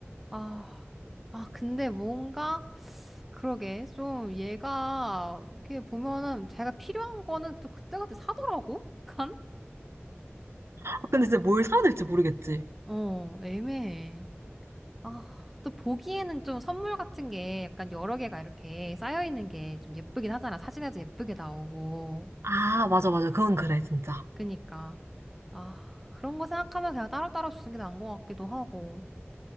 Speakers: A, in the centre; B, on the right.
A: 아, 아, 근데 뭔가, 그러게, 좀 얘가, 이렇게 보면은 자기가 필요한 거는 또 그때그때 사더라고? 약간?
B: 아, 근데 진짜 뭘 사야 될지 모르겠지.
A: 어, 애매해. 아, 또 보기에는 좀 선물 같은 게 약간 여러 개가 이렇게 쌓여있는 게 좀 예쁘긴 하잖아. 사진에도 예쁘게 나오고.
B: 아, 맞아, 맞아. 그건
A: 어.
B: 그래, 진짜.
A: 그니까. 아, 그런 거 생각하면 그냥 따로따로 주는 게 나은 것 같기도 하고.